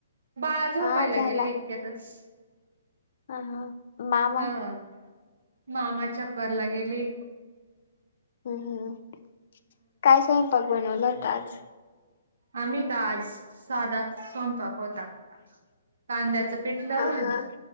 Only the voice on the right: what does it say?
बाळ झोपायला
गेला इतक्यातच.
हा मामाच्या परला गेली.
आम्ही का आज साधाच स्वयंपाक होता. कांद्याचं पिठलं